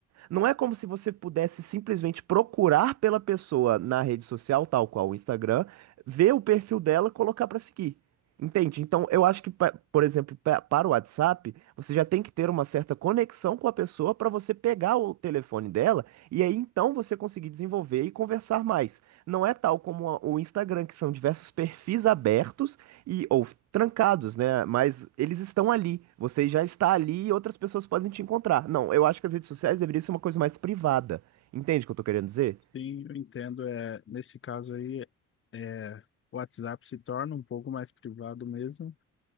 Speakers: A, on the right (about 60°); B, on the left (about 45°).
A: Não é como se você pudesse simplesmente procurar pela pessoa na rede social, tal qual o Instagram, ver o perfil dela, colocar pra seguir. Entende? Então, eu acho que, pa- por exemplo, pa- para o WhatsApp, você já tem que ter uma certa conexão com a pessoa para você pegar o telefone dela e aí então você conseguir desenvolver e conversar mais. Não é tal como a- o Instagram, que são diversos perfis abertos e ou trancados, né? Mas eles estão ali. Você já está ali e outras pessoas podem te encontrar. Não, eu acho que as redes sociais deveriam ser uma coisa mais privada. Entende o que eu tô querendo dizer?
B: Sim, eu entendo. É, nesse caso aí, é, o WhatsApp se torna um pouco mais privado mesmo